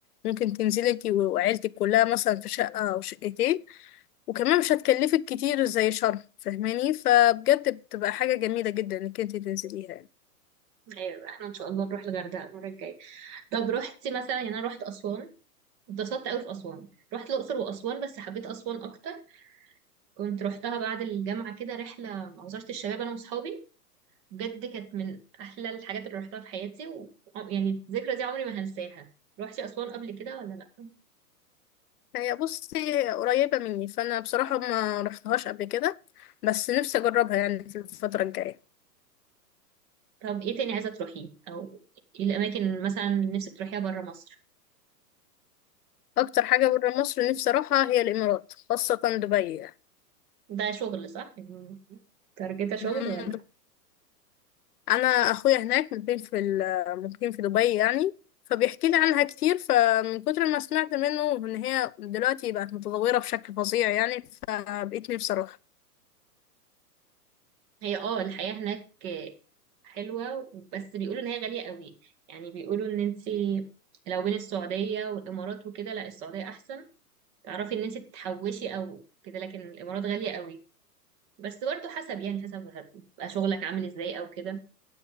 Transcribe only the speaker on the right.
ايوه احنا ان شاء الله نروح الغردقة المرة الجاية طب رحتي مثلا يعني انا رحت اسوان اتبسطت قوي في أسوان رحت الأقصر وأسوان بس حبيت أسوان أكتر كنت رحتها بعد الجامعة كده رحلة مع وزارة الشباب أنا وصحابي بجد كانت من أحلى الحاجات اللي رحتها في حياتي و... يعني الذكرى دي عمري ما هنساها روحتي أسوان قبل كده ولا لأ؟
طب إيه تاني عايزة تروحيه أو إيه الأماكن مثلا اللي نفسك تروحيها برا مصر
ده شغل صح؟ يعني تارجتها شغل
ولا
هي اه الحياة هناك حلوة بس بيقولوا إن هي غالية قوي يعني بيقولوا إن أنت لو بين السعودية والإمارات وكده لا السعودية أحسن تعرفي إن أنت تحوشي أو كده لكن الإمارات غالية قوي بس برضه حسب يعني حسب هتبقى شغلك عامل إزاي أو كده